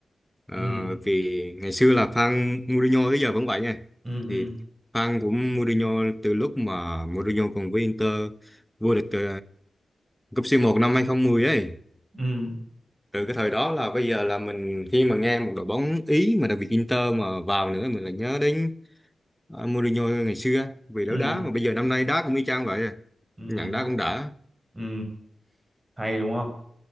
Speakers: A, in the centre; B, on the right (about 20°).
A: ờ,
B: ừ
A: vì ngày xưa là fan Mourinho tới giờ vẫn vậy nha
B: ừ ừ
A: thì fan của Mourinho từ lúc mà Mourinho còn với Inter vô địch ờ, cúp C1 năm 2010 ấy
B: ừ
A: từ cái thời đó là bây giờ là mình khi mà nghe một đội bóng Ý mà đặc biệt Inter mà vào nữa mình lại nhớ đến ờ, Mourinho ngày xưa vì
B: ừ
A: đấu đá mà bây giờ năm nay đá cũng y chang vậy à.
B: ừ
A: nhận đá cũng đã
B: ừ hay đúng không